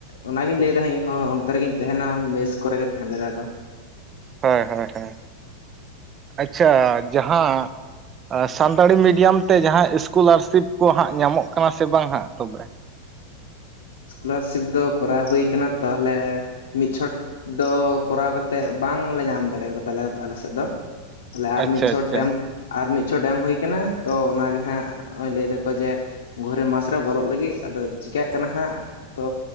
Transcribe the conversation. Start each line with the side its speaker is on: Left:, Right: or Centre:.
Left: ᱚᱱᱟ ᱜᱤᱧ ᱞᱟᱹᱭ ᱫᱟ ᱤᱧᱦᱚᱸ ᱚᱱᱛᱮ ᱨᱮᱜᱤᱧ ᱛᱟᱦᱮᱱᱟ ᱢᱮᱥ ᱠᱚᱨᱮ ᱜᱮ ᱛᱮᱦᱮᱱ ᱞᱟᱜᱟᱜ ᱫᱚ᱾
Right: ᱦᱚᱭ ᱦᱚᱭ ᱦᱚᱭ ᱟᱪᱪᱷᱟ ᱡᱟᱦᱟᱸᱼᱼ ᱟ ᱥᱟᱱᱛᱟᱲᱤ ᱢᱤᱰᱤᱭᱚᱢ ᱛᱮ ᱡᱟᱦᱟᱸ ᱤᱥᱠᱩᱞᱟᱨᱥᱤᱯ ᱠᱚ ᱦᱟᱸᱜ ᱧᱟᱢᱚᱜ ᱠᱟᱱᱟ ᱥᱮ ᱵᱟᱝ ᱦᱟᱸᱜ ᱛᱚᱵᱮ
Left: ᱤᱥᱠᱚᱞᱟᱨᱥᱤᱯ ᱫᱚ ᱠᱚᱨᱟᱣ ᱦᱩᱭ ᱠᱟᱱᱟ ᱛᱟᱦᱚᱞᱮ ᱢᱤᱫ ᱪᱷᱚᱴᱼᱼ ᱫᱚ ᱠᱚᱨᱟᱣ ᱠᱟᱛᱮᱜ ᱵᱟᱝ ᱞᱮ ᱧᱟᱢ ᱫᱟᱲᱮᱣ ᱠᱟᱫᱟ ᱞᱮ ᱟᱞᱮ ᱥᱮᱜ ᱫᱚ᱾ ᱛᱟᱦᱚᱞᱮ ᱟᱨ
Right: ᱟᱪᱪᱷᱟ
Left: ᱢᱤᱫ ᱪᱷᱚᱴ
Right: ᱟᱪᱪᱷᱟ
Left: ᱮᱢ ᱟᱨ ᱢᱤᱫ ᱪᱷᱚᱴ ᱮᱢ ᱦᱩᱭ ᱠᱟᱱᱟ ᱛᱚ ᱚᱱᱟᱜᱮ ᱦᱟᱸᱜ ᱚᱸᱭ ᱞᱟᱹᱭ ᱫᱟᱼᱼ ᱠᱚ ᱡᱮ ᱜᱷᱚᱨᱮ ᱢᱟᱥ ᱨᱮ ᱵᱚᱞᱚᱜ ᱞᱟᱹᱜᱤᱫ ᱟᱫᱚ ᱪᱤᱠᱟᱜ ᱠᱟᱱᱟ ᱦᱟᱸᱜ᱾ ᱛᱚ